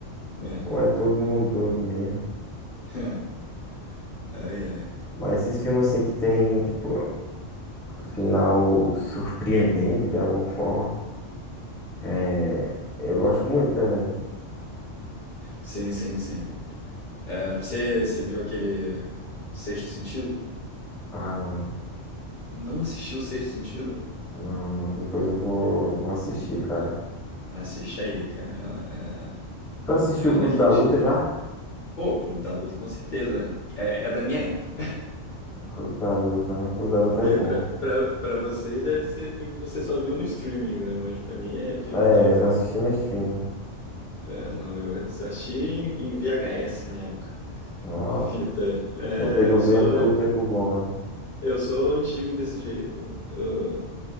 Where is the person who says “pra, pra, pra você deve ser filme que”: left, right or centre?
Left